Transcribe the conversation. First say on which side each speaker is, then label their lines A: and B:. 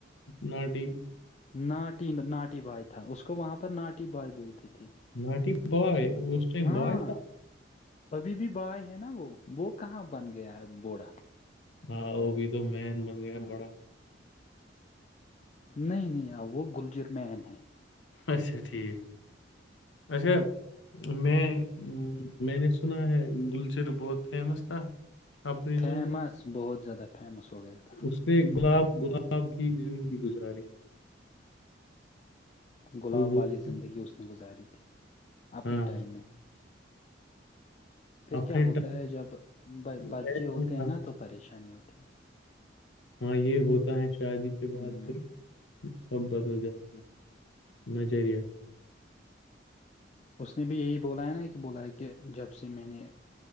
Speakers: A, on the left; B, on the left.
A: ناٹیی
B: ناٹی ناٹی بائے تھا اس کو وہاں پر ناٹی بوائے بولتے تھے
A: نٹی بائے اس ائم
B: ہاں
A: بائے تھا
B: ابھی بھی بائے ہے نا وہ وہ کہاں بن گیا ہے بوڑا
A: ہاں وہ بھی تو مین بن گیا بڑا
B: نہیں نہیں وہ گلجیر مین ہے
A: اچھا ٹھیک اچھا میں میں نے سنا ہے گلچر بہت فیمس تھا اپنے
B: فیمس
A: دنوں میں
B: بہت زیادہ فیمس ہو گیا تھا
A: اس نے گلاب گلاب کی زندگی گزاری
B: گلاب
A: وہ بہت
B: والی زندگی اس نے گزاری تھی اپنے
A: ہاں
B: ٹائم
A: ہاں
B: میں پھر
A: اپنے
B: کیا ہوتا ہے جب
A: ٹائم
B: بچے
A: میں
B: ہوتے
A: تھا۔
B: ہیں نا تو پریشانی ہوتی ہے
A: ہاں یہ ہوتا ہے شادی کے
B: ہے
A: بعد
B: ہ
A: پھر سبدل د نظریہ
B: اس نے بھی یہی بولایا نا کہ بولایا کہ جب سے میں نے